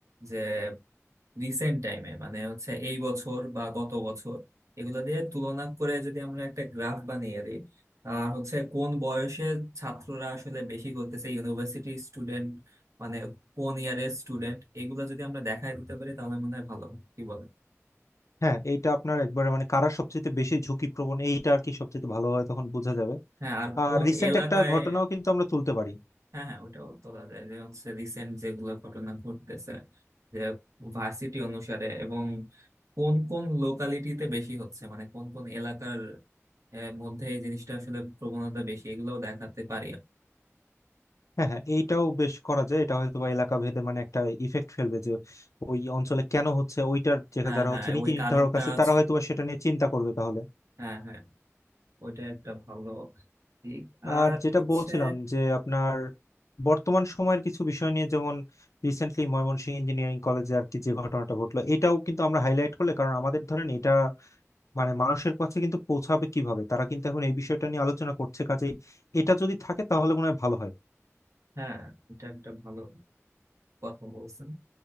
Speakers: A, on the right; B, on the left.
A: যে রিসেন্ট টাইমে মানে হচ্ছে এই বছর বা গত বছর এগুলো দিয়ে তুলনা করে যদি আমরা একটা গ্রাফ বানিয়ে দিই আর হচ্ছে কোন বয়সের ছাত্ররা আসলে বেশি করতেছে ইউনিভার্সিটি স্টুডেন্ট মানে কোন ইয়ারের স্টুডেন্ট এগুলো যদি আমরা দেখায় দিতে পারি তাহলে মনে হয় ভালো হয়। কি বলেন
B: হ্যাঁ এইটা আপনার একবারে মানে কারা সবচেয়ে বেশি ঝুঁকিপ্রবণ এইটা আর কি সবচেয়ে ভালো হয় তখন বোঝা যাবে
A: হ্যাঁ আর
B: আর
A: কোন
B: রিসেন্ট
A: এলাকায়
B: একটা ঘটনাও কিন্তু আমরা তুলতে পারি
A: হ্যাঁ হ্যাঁ ওটাও তোলা যায় যে হচ্ছে রিসেন্ট যেগুলো ঘটনা ঘটতেছে যে ভার্সিটি অনুসারে এবং কোন কোন লোকালিটিতে বেশি হচ্ছে মানে কোন কোন এলাকার আহ, মধ্যে এই জিনিসটা আসলে প্রবণতা বেশি এগুলোও দেখাতে পারি
B: হ্যাঁ হ্যাঁ এইটাও বেশ করা যায় এটা হয়তো বা এলাকা ভেদে মানে একটা ইফেক্ট ফেলবে যে ওই অঞ্চলে কেন হচ্ছে ওইটার যে
A: হ্যাঁ
B: যারা
A: হ্যাঁ
B: হচ্ছে নীতি
A: ওই
B: নির্ধারক
A: কারণটা
B: আছে
A: হচ্ছে-
B: তারা হয়তো বা সেটা নিয়ে চিন্তা করবে তাহলে
A: হ্যাঁ হ্যাঁ ওইটা একটা ভালো দিক
B: আর
A: আর
B: যেটা
A: হচ্ছে
B: বলছিলাম যে আপনার বর্তমান সময়ের কিছু বিষয় নিয়ে যেমন রিসেন্টলি ময়মনসিংহ ইঞ্জিনিয়ারিং কলেজে আর কি যে ঘটনাটা ঘটলো এটাও কিন্তু আমরা হাইলাইট করলে কারণ আমাদের ধরেন এটা মানে মানুষের কাছে কিন্তু পৌঁছাবে কিভাবে তারা কিন্তু এখন এই বিষয়টা নিয়ে আলোচনা করছে কাজেই এটা যদি থাকে তাহলে মনে হয় ভালো হয়
A: হ্যাঁ এটা একটা ভালো কথা বলছেন